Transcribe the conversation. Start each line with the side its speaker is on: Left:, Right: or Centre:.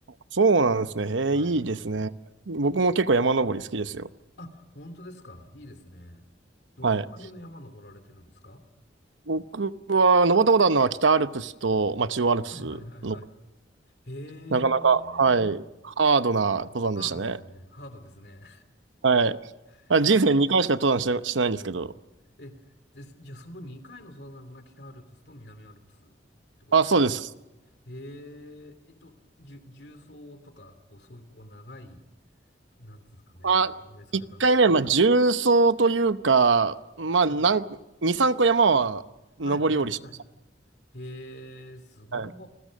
Right: そうなんですね。ええいいですね。
Left: はい。
Right: 僕も結構山登り好きですよ。
Left: あ、本当ですか。いいですね。ど、
Right: はい。
Left: どこら辺の山登られてるんですか
Right: 僕は登ったことあるのは北アルプスと、まあ、中央アルプスの、
Left: はいはいはいはい。へえ、
Right: なかなか、はい、ハードな登山でしたね。
Left: ハードですね。ハードですね。
Right: はい。
Left: <laughs>
Right: あ、人生2回しか登山して、してないんですけど。
Left: え、です、じゃあその2回の登山が北アルプスと南アルプスってことです。
Right: あ、そうです。
Left: へえ、えっと、じゅ、重曹とか、こう、そういうこう、長い、なんていうんですかね、
Right: まあ、
Left: あれされたんですか。
Right: 一回目は、まあ、重曹というか、まあ、
Left: うん
Right: なん、二、三個山は登り降りしまし
Left: はい、はい、はい。へえ、すごい
Right: た。はい。